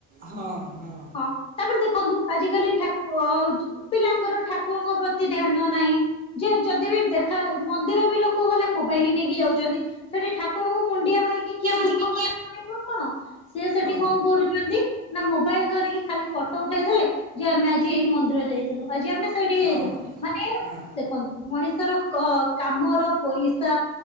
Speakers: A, on the right (about 30°); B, on the left (about 15°).
A: ହଁ ହଁ।
B: ହଁ ତାପରେ ଦେଖନ୍ତୁ ଆଜିିକାଲି ଠା ପୁଅ ହଉଛି ପିଲାଙ୍କର ଠାକୁରଙ୍କ ପ୍ରତି ଧ୍ୟାନ ନାହିଁ। ଯେ ଯଦି ବି ଦେଖା ମନ୍ଦିର ଲୋକ ଗଲେ ମୋବାଇଲି ନେଇକି ଯାଉଛନ୍ତି ସେଠି ଠାକୁରଙ୍କୁ ମୁଣ୍ଡିଆ ମାରି କି କିଏ
A: ମାରିକି
B: ଦୁଃଖ
A: କିଏ
B: କଥା ଶୁଣିବ କଣ ସେ ସେଠି
A: ହଁ
B: କଣ କରୁଛନ୍ତି ନା ମୋବାଇଲ ଧରି ଆସିକି ଖାଲି ଫଟୋ ଉଠେଇ ଦେଲେ ଯେ ଆମେ ଆଜି ଏଇ ମନ୍ଦିର ଯାଇଥିଲୁ ଆଜି ଆମେ ସେଇଠିକି
A: ହଁ
B: ଯାଇଥିଲୁ ମାନେ
A: ହଁ
B: ଦେଖନ୍ତୁ ମଣିଷର କ କାମର ପଇସା